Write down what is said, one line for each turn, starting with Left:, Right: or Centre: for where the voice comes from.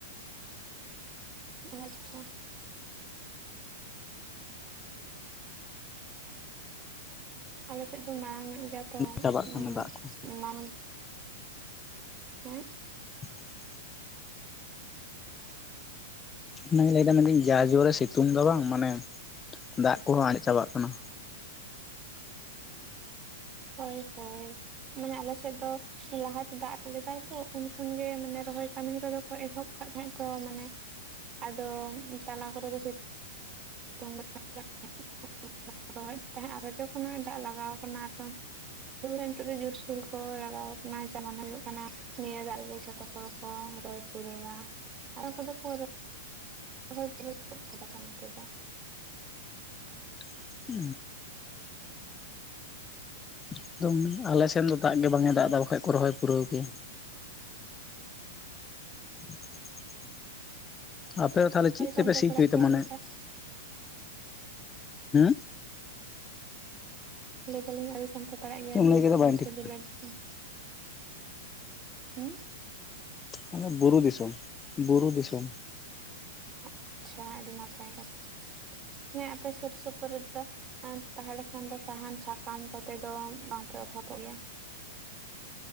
Right: ᱳ ᱟᱪᱪᱷᱟ ᱟᱞᱮ ᱥᱮᱫ ᱫᱚ ᱢᱟᱲᱟᱝ ᱧᱚᱜ ᱜᱮᱭᱟ ᱛᱚ
Left: ᱪᱟᱵᱟᱜ ᱠᱟᱱᱟ ᱫᱟᱜ
Right: <inaudible>
Left: ᱠᱚ
Right: ᱢᱟᱱᱮ ᱦᱮᱸ
Left: <inaudible> ᱚᱱᱟᱜᱤᱧ ᱞᱟᱹᱭᱫᱟ ᱢᱮᱱᱫᱟᱹᱧ ᱡᱟ ᱡᱚᱨ ᱨᱮ ᱥᱤᱛᱩᱝ ᱫᱚ ᱵᱟᱝ ᱢᱟᱱᱮ ᱫᱟᱜ ᱠᱚᱦᱚᱸ ᱟᱡᱮᱫ ᱪᱟᱵᱟᱜ ᱠᱟᱱᱟ᱾
Right: ᱦᱳᱭ ᱦᱳᱭ ᱢᱟᱱᱮ ᱟᱞᱮ ᱥᱮᱫ ᱫᱚ᱾ ᱞᱟᱦᱟᱛᱮ ᱫᱟᱜ ᱞᱮᱫᱟᱭ ᱛᱚ ᱩᱱ ᱠᱷᱚᱱ ᱜᱮ ᱢᱟᱱᱮ ᱨᱚᱦᱚᱭ ᱠᱟᱹᱢᱤ ᱠᱚᱫᱚ ᱠᱚ ᱮᱦᱚᱵ ᱠᱟᱜ ᱛᱚᱦᱮ ᱛᱚ ᱢᱟᱱᱮ ᱟᱫᱚ ᱛᱟᱞᱟ ᱠᱚᱨᱮ ᱫᱚ ᱥᱤᱛᱩᱝ <inaudible> <inaudible> ᱨᱚᱦᱮᱫ ᱛᱟᱦᱮᱸᱫ ᱨᱚᱡᱚ ᱠᱷᱚᱱᱟᱜ ᱜᱮ ᱫᱟᱜ ᱞᱟᱜᱟᱣ ᱟᱠᱟᱱᱟ ᱮᱠᱷᱚᱱ᱾ ᱟᱫᱚ ᱱᱤᱛᱚᱜ ᱫᱚ ᱡᱳᱨ ᱥᱳᱨ ᱠᱚ ᱞᱟᱜᱟᱣ ᱟᱠᱟᱱᱟ ᱡᱮ ᱢᱚᱱᱮ ᱦᱩᱭᱩᱜ ᱠᱟᱱᱟ᱾ ᱱᱤᱭᱟᱹ ᱫᱟᱜ ᱨᱮᱜᱮ ᱡᱷᱚᱛᱚ ᱦᱚᱲ ᱠᱚ ᱨᱚᱦᱚᱭ ᱯᱩᱨᱟᱹᱣᱟ ᱟᱫᱚᱢ ᱠᱚᱫᱚ ᱠᱚ ᱨᱚ ᱨᱚᱦᱚᱭ ᱯᱩᱨᱟᱣ ᱜᱚᱫ ᱠᱮᱫᱟ ᱠᱚ ᱚᱱᱛᱮ ᱫᱚ᱾
Left: <inaudible> ᱮᱠᱫᱚᱢ ᱟᱞᱮ ᱥᱮᱱ ᱫᱚ ᱫᱟᱜ ᱜᱮ ᱵᱟᱝ ᱮ ᱫᱟᱜ ᱮᱫᱟ ᱵᱟᱠᱷᱟᱱ ᱠᱚ ᱨᱚᱦᱚᱭ ᱯᱩᱨᱟᱹᱣ ᱠᱮᱭᱟ᱾ <inaudible> ᱟᱯᱮ ᱫᱚ ᱛᱟᱦᱞᱮ ᱪᱮᱫ
Right: ᱟᱹᱰᱤ
Left: ᱛᱮᱯᱮ
Right: ᱥᱟᱢᱴᱟᱣ
Left: ᱥᱤ
Right: ᱯᱟᱲᱟᱜ
Left: ᱦᱚᱪᱚᱭ ᱮᱫᱟ
Right: ᱜᱮᱭᱟ
Left: ᱢᱟᱱᱮ
Right: ᱚᱱᱟᱠᱟ
Left: ᱦᱮᱸ᱾
Right: ᱞᱟᱹᱭ ᱫᱟᱞᱤᱧ ᱚᱠᱟ ᱫᱤᱥᱚᱢ ᱯᱮ ᱯᱟᱲᱟᱜ ᱜᱮᱭᱟ
Left: ᱪᱮᱫ ᱮᱢ
Right: ᱵᱤᱨ
Left: ᱞᱟᱹᱭ ᱠᱮᱫᱟ
Right: ᱫᱤᱥᱚᱢ
Left: ᱵᱟᱹᱧ ᱴᱷᱤᱠᱟᱹ
Right: ᱥᱮ ᱵᱤᱞᱟᱹᱱ ᱫᱤᱥᱚᱢ᱾ ᱦᱩᱸ
Left: ᱢᱟᱱᱮ ᱵᱩᱨᱩ ᱫᱤᱥᱚᱢ, ᱵᱩᱨᱩ ᱫᱤᱥᱚᱢ᱾
Right: ᱟᱪᱪᱷᱟ ᱟᱹᱰᱤ ᱱᱟᱯᱟᱭ ᱠᱟᱛᱷᱟ ᱦᱮ ᱟᱯᱮ ᱥᱩᱨ ᱥᱩᱯᱩᱨ ᱨᱮ ᱛᱟᱦᱚᱞᱮ ᱠᱷᱟᱱ ᱫᱚ ᱥᱟᱦᱟᱱ ᱥᱟᱠᱟᱢ ᱠᱚᱛᱮ ᱫᱚ ᱵᱟᱝᱯᱮ ᱚᱵᱷᱟᱵᱚᱜ ᱜᱮᱭᱟ᱾